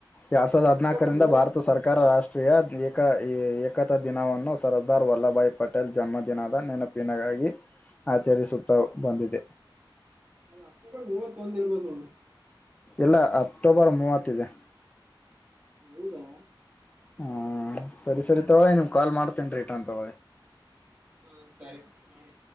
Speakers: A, on the left (about 15°); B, on the right (about 15°).
A: ಎರಡ್ ಸಾವಿರದ ಹದ್ನಾಲ್ಕರಿಂದ
B: ಅಕ್ಟೋಬರ್ ಮೂವತ್
A: ಭಾರತ ಸರ್ಕಾರ ರಾಷ್ಟ್ರ ಯ್ ಏಕ ಏಕತಾ ದಿನವನ್ನು ಸರ್ದಾರ್ ವಲ್ಲಭ ಭಾಯ್ ಪಟೇಲ್ ಜನ್ಮದಿನದ ನೆನಪಿನಗಾಗಿ ಆಚರಿಸುತ್ತಾ ಬಂದಿದೆ
B: ಅದ ಅಕ್ಕಬ ಮೂವತೊಂದಿರ್ಬಂದೋು
A: ಇಲ್ಲ ಅಕ್ಟೋಬರ್ ಮೂವತ್ತ ಇದೆ
B: ಹೌದಾ
A: ಹ್ಮ ಸರಿ ಸರಿ ತಗೋೊಳ್ಳಿ ನಿಮ್
B: ನೋಡ್
A: ಕಾಲ್ ಮಾಡ್ತೇನ್ ರೀ ಟಾನ್ ತಗೋಳಿ
B: ಹಾ ಸರಿ ನೋಿ